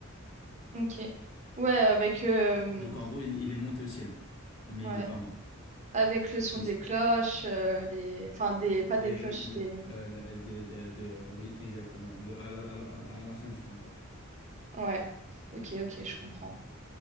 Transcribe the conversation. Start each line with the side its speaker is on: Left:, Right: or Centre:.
Right: Ok. Ouais, avec, euh,
Left: Donc en gros, il, il est monté au ciel, mais
Right: ouais,
Left: il n'est pas mort.
Right: avec le son
Left: C'est,
Right: des cloches, euh, les... Enfin, des... pas
Left: et,
Right: des cloches, des...
Left: euh, le- de, de, de- oui, exactement. Le- à la, à la, à la à la fin du temps, quoi.
Right: Ouais, ok, ok, je comprends.